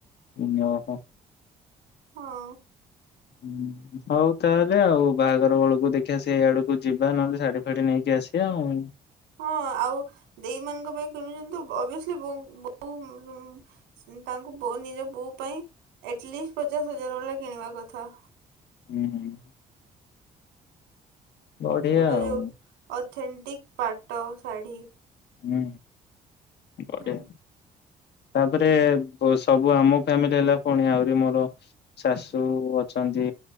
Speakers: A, on the left; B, on the right.
A: ଓହୋ।
B: ହଁ।
A: ହୁଁ। ହଉ ତାହେଲେ ଆଉ ବାହାଘର ବେଳକୁ ଦେଖିବା ସେଇ ଆଡକୁ ଯିବା ନହେଲେ ଶାଢୀ ଫାଢି ନେଇକି ଆସିବା ଆଉ।
B: ହଁ ଆଉ ଦେଇ ମାନଙ୍କ ପାଇଁ କିଣୁଛନ୍ତି ତ ଅଭିସଲି ବୋଉ ବୋଉ ତାଙ୍କୁ ନିଜ ବୋଉ ପାଇଁ ଆଟଲିଷ୍ଟ ପଚାଶ ହଜାର ବାଲା କିଣିବା କଥା।
A: ହୁଁ, ହୁଁ। ବଢିଆ
B: ପୁରା ଯୋଉ
A: ଆଉ
B: ଅଥେଣ୍ଟିକ ପାଟ ଶାଢୀ
A: ହୁଁ, ବଢିଆ।
B: ନାଇଁ
A: ତାପରେ ସବୁ ଆମ ଫ୍ୟାମିଲି ହେଲା। ପୁଣି ଆହୁରି ମୋର ଶାଶୁ ଅଛନ୍ତି।